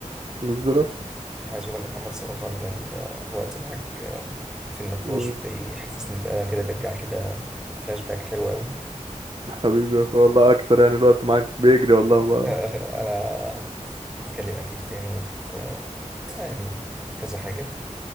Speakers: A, on the right; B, in the centre.
A: بالظبط
B: عايز اقول لك يا محمد صراحة ان الوقت معاك في النقاش
A: مم.
B: بيحسسني بقى كده بيرجع كده فلاش باك حلو قوي
A: حبيبي يا اخويا والله اكتر يعني الوقت معاك بيجري والله بقى
B: فانا <laughs> هنتكلم اكيد تاني في يعني كذا حاجة